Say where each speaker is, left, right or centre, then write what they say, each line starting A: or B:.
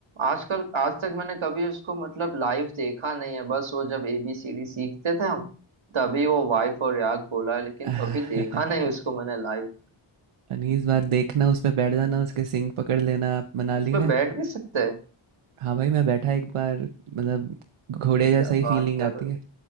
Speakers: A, on the right (about 65°); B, on the right (about 85°).
A: आजकल आज तक मैंने कभी उसको मतलब लाइव देखा नहीं है बस वो जब एबीसीडी सीखते थे हम तभी वो वाइफ और याक बोला है लेकिन
B: <laughs>
A: कभी देखा नहीं उसको मैंने लाइव
B: अनीस बार देखना उस पे बैठ जाना उसके सिंग पकड़ लेना आप मनाली
A: उस पे
B: में
A: बैठ भी सकते हैं
B: हाँ भाई मैं बैठा एक बार मतलब घोड़े जैसा
A: क्या
B: ही
A: बात
B: फीलिंग
A: कर
B: आती
A: रहे हो
B: है